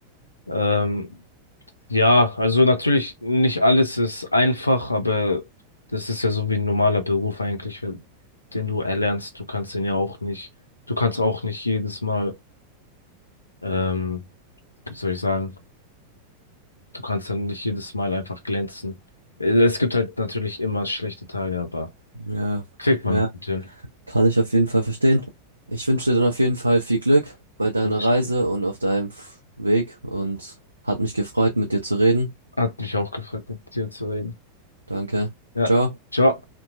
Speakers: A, on the left; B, on the right.
A: Ähm, ja, also natürlich nicht alles ist einfach, aber das ist ja so wie ein normaler Beruf eigentlich, wenn- den du erlernst. Du kannst den ja auch nicht, du kannst auch nicht jedes Mal. Ähm, wie soll ich sagen, du kannst dann nicht jedes Mal einfach glänzen. Äh, Es gibt halt natürlich immer schlechte Tage, aber
B: Ja,
A: kriegt man
B: ja,
A: gut hin.
B: kann ich auf jeden Fall verstehen. Ich wünsche dir dann auf jeden Fall viel Glück bei deiner
A: Dankeschön.
B: Reise und auf deinem F- Weg und hat mich gefreut, mit dir zu reden.
A: Hat mich auch gefreut, mit dir zu reden.
B: Danke.
A: Ja,
B: Ciao.
A: ciao.